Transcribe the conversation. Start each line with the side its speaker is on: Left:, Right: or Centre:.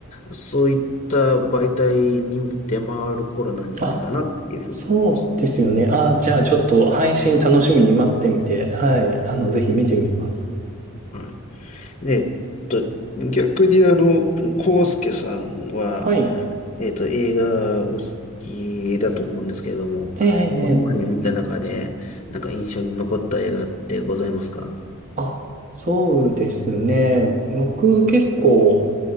Left: そういった媒体に出回る頃なんじゃないかなっていうふうに思います。
Right: あ、そうですよね。ああ、じゃあちょっと配信楽しみに待ってみて、はい。あの、ぜひ見てみます。
Left: はい。で、えっと、逆にあの、コウスケさんは、
Right: はい。
Left: えっと、映画お好きだと思うんですけれども、
Right: ええ、ええ。
Left: これまで見た中で、
Right: ええ
Left: なんか印象に残った映画ってございますか
Right: あ、そうですね。僕結構、